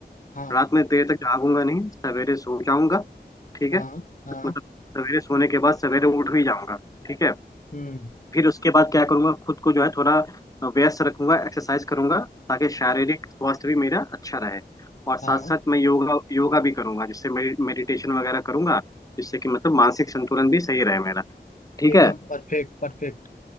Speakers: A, on the left (about 50°); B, on the left (about 20°).
A: हाँ
B: रात में देर तक जागूंगा नहीं सवेरे सो जाऊंगा ठीक
A: हाँ
B: है
A: हाँ
B: मतलब सवेरे सोने के बाद सवेरे उठ भी जाऊंगा ठीक है
A: हम्म
B: फिर उसके बाद क्या करूँगा खुद को जो है थोड़ा व्यस्त रखूंगा एक्सरसाइज करूंगा ताकि शारीरिक स्वास्थ्य भी मेरा अच्छा रहे और साथ
A: हाँ
B: साथ मैं योगा योगा भी करूंगा जिससे मेडि, मेडिटेशन वगैरह करूंगा जिससे कि मतलब मानसिक संतुलन भी सही रहे मेरा ठीक
A: एकदम
B: है
A: परफेक्ट परफेक्ट